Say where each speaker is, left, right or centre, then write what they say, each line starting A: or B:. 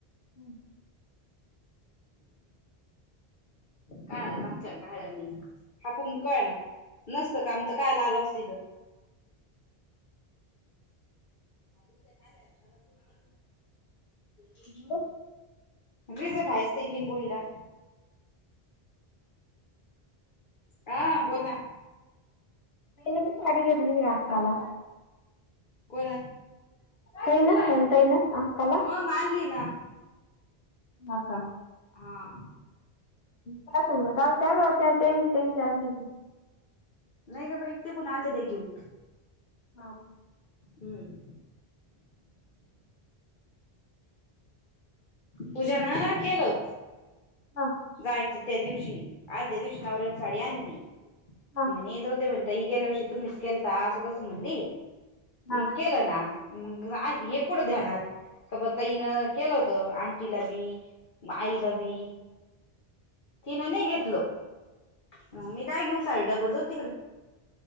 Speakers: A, on the left; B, on the left.
A: हम्
B: कायला लागते कायला नाही, हापूनी कय ना नसतं, का आम तर कायला आल असं तिथं. आधी आल्या अजून आप <inaudible>
A: हॅलो.
B: र <inaudible> जठायस ते लिंबोळीला हा बोल ना.
A: म म कडी गर्ल हाकला
B: कोण
A: कान एंत येईना का? <inaudible>
B: हो आणली ना!
A: हा का?
B: हा
A: काय सांगाव काल त्यांनी, त्यांची त्यांची, आणली होती.
B: नाही का बाई तेे कोून आल ते घेऊन.
A: हो का.
B: हम्म. पूजा ना केलो.
A: हा.
B: जायचं त्या दिवशी आदल्या दिवशी, नवऱ्याने साडी आणली,
A: हा
B: म्हणे जाऊ दे म्हण. आ ही गेल अष, तुम्हीच केलता असं तसं म्हणली, मग
A: हा
B: केलं ना म हे कोठं ध्यानात, क ब तईनं केलं होत आंटीला बी आईला बी तिनं, नाही घेतल मग मी काय घेऊ. साडे डबल जाऊ, तिकड